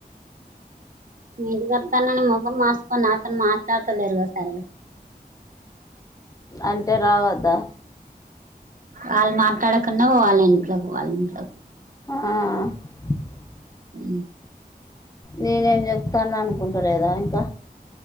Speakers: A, on the right; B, on the left.
A: నేదికతానని ముఖం మాార్సుకొని అతను మాట్లాడటలేరుగా సరిగా
B: అంటే రావద్దా
A: వాళ్ళు మాట్లాడకున్నా వాళ్ళ ఇంట్లకు వాళ్ళ ఇంట్లకు
B: ఆ
A: ఉ
B: నేనేం చెప్తాను అనుకుంటలేదా ఇంకా